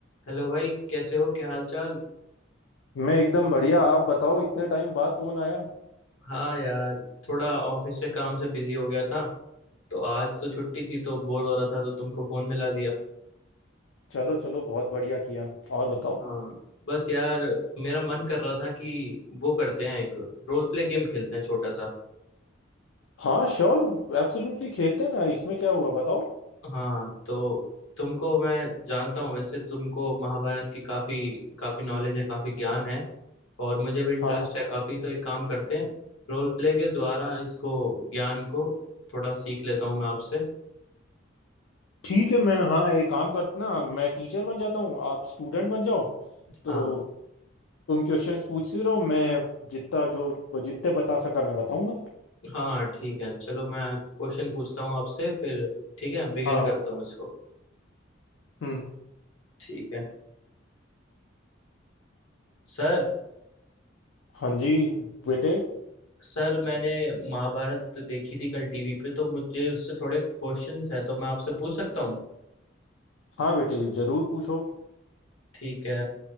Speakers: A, on the left (about 85°); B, on the left (about 70°).
A: Hello भाई कैसे हो क्या हाल चाल
B: मैं एकदम बढ़िया आप बताओ इतने टाइम बाद फोन आया
A: हाँ यार थोड़ा ऑफिस के काम से बिजी हो गया था तो आज तो छुट्टी थी तो बोर हो रहा था तो तुमको फोन मिला दिया
B: चलो चलो बहुत बढ़िया किया और बताओ
A: हाँ बस यार मेरा मन कर रहा था कि वो करते हैं एक रोल प्ले गेम खेलते हैं छोटा सा
B: हाँ श्योर एब्सोल्युटली खेलते हैं ना इसमें क्या हुआ बताओ
A: हाँ तो तुमको मैं जानता हूँ वैसे तुमको महाभारत की काफी काफी नॉलेज है काफी ज्ञान है और मुझे भी इंटरेस्ट
B: हाँ हाँ
A: है काफी तो एक काम करते हैं रोल प्ले के द्वारा इसको ज्ञान को थोड़ा सीख लेता हूँ मैं आपसे
B: ठीक है मैं हाँ एक काम करते ना मैं टीचर बन जाता हूँ आप स्टूडेंट बन जाओ तो
A: हाँ
B: तुम क्वेश्चंस पूछते रहो मैं जितना जो जितने बता सका मैं बताऊंगा
A: हाँ ठीक है चलो मैं क्वेश्चन पूछता हूँ आपसे फिर ठीक है बिगिन
B: हाँ
A: करता हूँ इसको
B: हम्म
A: ठीक है सर
B: हाँ जी बेटे
A: सर मैंने महाभारत देखी थी कल टीवी पे तो मुझे उससे थोड़े क्वेश्चंस हैं तो मैं आपसे पूछ सकता हूँ
B: हाँ बेटे जरूर पूछो
A: ठीक है